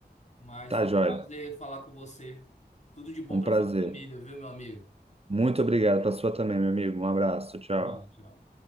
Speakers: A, on the left; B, on the right.
A: mas
B: Tá,
A: foi
B: joia?
A: um prazer falar com você. Tudo de bom
B: Um
A: pra
B: prazer.
A: sua família, viu, meu amigo?
B: Muito obrigado para sua também, meu amigo. Um abraço. Tchau.
A: Tchau, tchau.